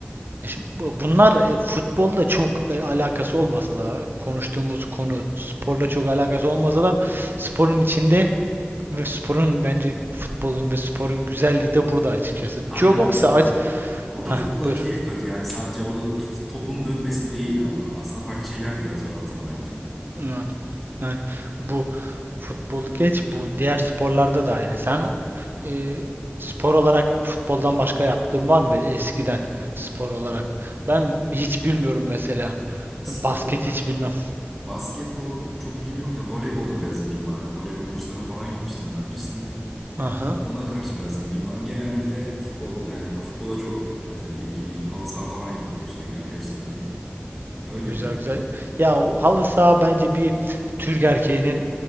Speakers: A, on the right; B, in the centre.
A: Şimdi bu- bunlar e, futbolla çok e, alakası olmasa da konuştuğumuz konu sporla çok alakası olmasa da sporun içinde ve sporun bence futbolun ve sporun güzelliği de burada açıkçası.
B: Aynen
A: Joe Cox'a
B: aslında
A: aç...
B: o
A: Hah,
B: da futbola
A: buyur.
B: keyif katıyor. Yani sadece orada t- topun dönmesi değil ama aslında farklı şeyler de yatıyor altına bence.
A: Evet. Yani bu futbolu geç, bu diğer sporlarda da ayrı. Sen o- e, spor olarak futboldan başka yaptığın var mı böyle eskiden spor olarak? Ben hiç bilmiyorum mesela.
B: Spor
A: Basket
B: olarak
A: hiç bilmem.
B: basketbol çok ilgim yok da voleybolla biraz ilgim vardı. Voleybol kurslarına falan gitmiştim daha öncesinde.
A: Aha.
B: Ona karşı biraz ilgim var. Genelde de futbol yani futbola çok e, ilgiliyim. Halı saha falan yapıyorum sürekli arkadaşlarımla. Öyle
A: Güzel
B: yani.
A: güzel. Ya o halı saha bence bir Türk erkeğinin